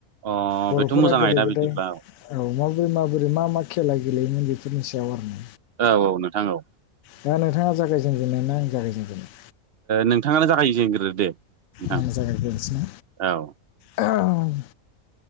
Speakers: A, on the right; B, on the left.
A: अ
B: बर'फोरा
A: बेथ' मोजां
B: गोदो
A: आयदा
B: गोदाय
A: बिदिब्ला
B: औ माबोरै माबोरै मा मा खेला गेलेयोमोन बेफोरनि सायाव आरो। न
A: औ औ नोंथां औ
B: दा नोंथाङा जागायजेनगेननाय ना आं जागायजेनगोनो?
A: नोंथाङानो जागायजेनग्रो दे। नोंथां
B: आ जागसना
A: औ
B: <unintelligible>